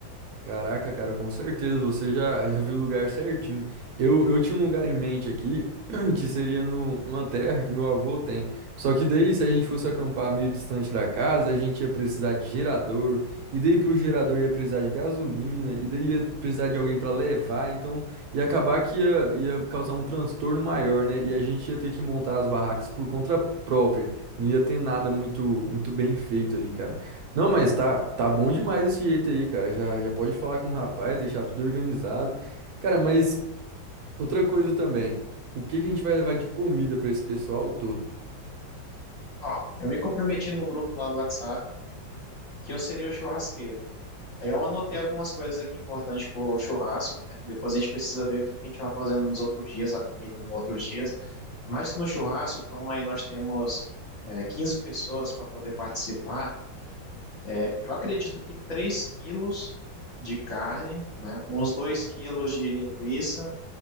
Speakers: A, on the right; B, on the left.
A: Caraca, cara, com certeza você já, já viu o lugar certinho. Eu, eu tinha um lugar em mente aqui, <clears throat> que seria no- numa terra que meu avô tem. Só que daí, se a gente fosse acampar meio distante da casa, a gente ia precisar de gerador, e daí pro gerador ia precisar de gasolina, e daí ia precisar de alguém para levar, então ia acabar que ia, ia causar um transtorno maior, né? E a gente ia ter que montar as barracas por conta própria. Não ia ter nada muito, muito bem feito ali, cara. Não, mas tá, tá bom demais esse jeito aí, cara. Já, já pode falar com o rapaz, deixar tudo organizado. Cara, mas outra coisa também. O que que a gente vai levar de comida pra esse pessoal todo?
B: Ó, eu me comprometi no grupo lá do WhatsApp que eu seria o churrasqueiro. Aí eu anotei algumas coisas aqui importantes para o churrasco, né? Depois a gente precisa ver o que que a gente vai fazendo nos outros dias, a comida nos outros dias. Mas no churrasco, como aí nós temos eh, 15 pessoas para poder participar, É, eu acredito que 3 quilos de carne, né, uns 2 quilos de linguiça